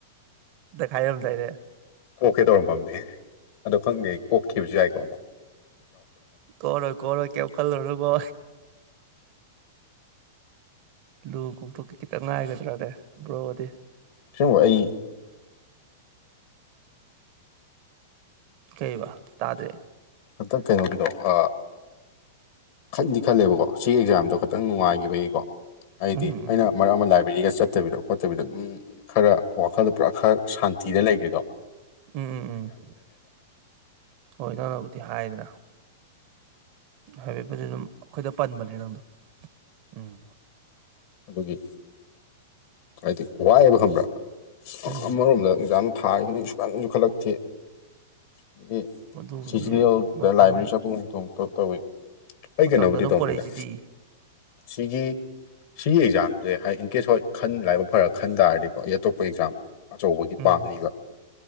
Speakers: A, on the right (about 45°); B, on the left (about 55°).
A: ꯗ ꯈꯥꯏ ꯑꯃ ꯊꯅꯦ
B: ꯀꯣꯛꯀꯦ ꯇꯧꯔꯝꯐꯝꯅꯦ ꯑꯗꯣ ꯈꯪꯗꯦ ꯀꯣꯛꯈꯤꯕꯁꯨ ꯌꯥꯏꯀꯣꯕꯣ
A: ꯀꯣꯔꯣ ꯀꯣꯔꯔꯣꯏ ꯀꯦ ꯀꯜ ꯂꯔꯅꯨꯀꯣ ꯂꯨ ꯀꯣꯛꯊꯣꯛꯀ ꯈꯤꯇꯪ ꯉꯥꯏꯒꯗ꯭ꯔꯅꯦ ꯕ꯭ꯔꯣꯗꯤ
B: ꯁꯤꯕ ꯑꯩ
A: ꯀꯩꯕ ꯇꯥꯗ꯭ꯔꯦ
B: ꯍꯟꯇ ꯀꯩꯅꯣꯒꯤꯗꯣ ꯑ ꯈꯟꯗꯤ ꯈꯜꯂꯦꯕꯀꯣ ꯁꯤꯒꯤ ꯑꯦꯛꯖꯥꯝꯗꯣ ꯈꯤꯇꯪ ꯅꯨꯡꯉꯥꯏꯈꯤꯕꯒꯤꯀꯣ ꯑꯩꯗꯤ
A: ꯎꯝ ꯎꯝ
B: ꯑꯩꯅ
A: ꯎꯝ
B: ꯃꯔꯛ ꯑꯃ ꯂꯥꯏꯕ꯭ꯔꯦꯔꯤꯒ ꯆꯠ ꯐꯠꯇꯕꯤꯗꯣ ꯈꯣꯠꯇꯕꯤꯗꯣ ꯑꯗꯨꯝ ꯈꯔ ꯋꯥꯈꯜꯗ ꯄꯨꯔꯥ ꯈꯔ ꯁꯥꯟꯇꯤꯗ ꯂꯩꯒꯦꯗꯣ
A: ꯎꯝ ꯎꯝ ꯎꯝ ꯍꯣꯏ ꯅꯅꯕꯨꯗꯤ ꯍꯥꯏꯗ꯭ꯔꯥ ꯍꯥꯏꯐꯦꯠꯄꯗꯤ ꯑꯗꯨꯝ ꯑꯩꯈꯣꯏꯗ ꯄꯟꯕꯅꯦ ꯅꯪꯗꯣ ꯎꯝ
B: ꯑꯗꯨꯒꯤ ꯍꯥꯏꯗꯤ ꯋꯥꯏꯑꯕ ꯈꯪꯕ꯭ꯔꯥ
A: ꯎꯝ
B: ꯑꯃꯔꯣꯝꯗ ꯏꯀꯖꯝ ꯊꯥꯏ ꯍꯅꯤ ꯁꯨꯀꯥꯟ ꯖꯨꯈꯂꯛꯇꯦ꯫ ꯑꯗꯒꯤ
A: ꯑꯗꯨꯕꯨꯗꯤ
B: ꯁꯤꯖꯤꯅꯦꯜꯗ
A: ꯃꯇꯝ
B: ꯂꯥꯏꯕꯅꯤ ꯆꯐ ꯊꯣꯛꯣꯡ ꯇꯧꯋꯤ ꯑꯩ
A: ꯃꯇꯝꯗ
B: ꯀꯩꯅꯣꯕꯨꯗꯤ
A: ꯑꯗꯨꯝ
B: ꯇꯧꯅꯤꯗ
A: ꯄꯣꯔꯛꯏꯁꯤꯗꯤ
B: ꯁꯤꯒꯤ ꯁꯤꯒꯤ ꯑꯦꯛꯖꯥꯝꯁꯦ ꯍꯥꯏ ꯏꯟ ꯀꯦꯁ ꯍꯣꯏ ꯈꯟ ꯂꯥꯏꯕꯛ ꯐꯔ ꯈꯟ ꯇꯥꯔꯗꯤ ꯑꯩ ꯑꯇꯣꯞꯄ ꯑꯦꯛꯖꯥꯝ ꯑꯆꯧꯕꯒꯤ
A: ꯎꯝ
B: ꯄꯥꯝꯅꯤꯕ